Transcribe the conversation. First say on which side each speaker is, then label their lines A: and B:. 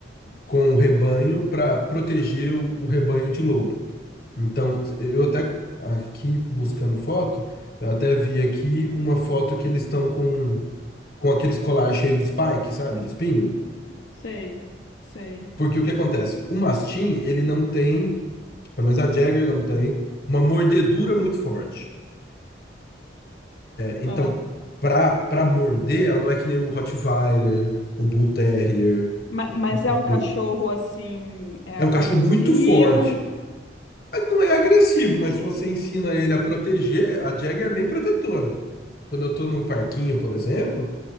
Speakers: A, on the left (about 55°); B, on the left (about 85°).
A: com o rebanho para proteger o, o rebanho de lobo. Então, eu até aqui buscando foto, eu até vi aqui uma foto que eles estão com, com aqueles colar cheio de spike, sabe, de espinho.
B: sei, sei.
A: Porque o que acontece? O mastim, ele não tem, pelo menos a Jagger não tem, uma mordedura muito forte. Então,
B: ah.
A: pra, pra morder, ela não é que nem o Rottweiler, o Bull Terrier,
B: Ma-
A: o
B: Mas
A: Pitbull.
B: é um cachorro assim, é
A: É um cachorro
B: agressivo?
A: muito forte. Mas Não é agressivo, mas se você ensina ele a proteger, a Jagger é bem protetora. Quando eu tô num parquinho, por exemplo,